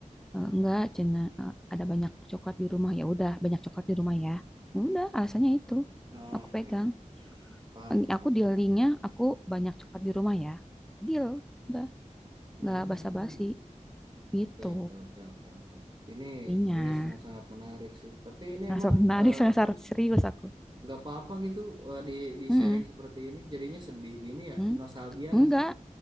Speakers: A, in the centre; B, on the right.
A: Eh, enggak, cina eh, ada banyak coklat di rumah. Ya udah, banyak coklat di rumah ya. Ya Udah, alasannya itu.
B: Oke,
A: Aku pegang.
B: paham,
A: Ini
B: paham,
A: aku dealingnya
B: paham.
A: aku banyak coklat di rumah ya. Deal, udah
B: Nah,
A: nggak basa-basi gitu.
B: oke, oke, oke, oke, oke. Ini
A: Intinya,
B: ini sangat-sangat menarik sih. Tapi ini emang
A: sangat menarik,
B: eh,
A: sangat
B: apa?
A: serius aku.
B: Nggak apa-apa gitu eh, di di
A: Mm-mm.
B: sharing seperti ini. Jadinya sedih gini ya.
A: Mm.
B: Nostalgia nggak
A: Enggak,
B: sih?